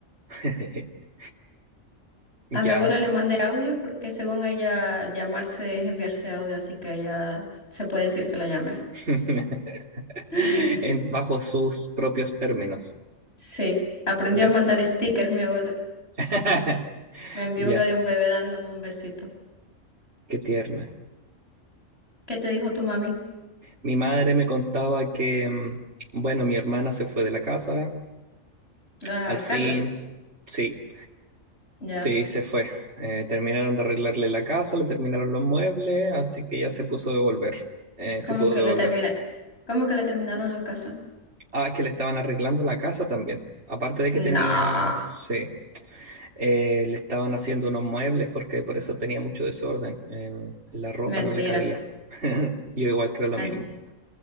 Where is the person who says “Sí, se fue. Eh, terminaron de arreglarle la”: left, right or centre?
Right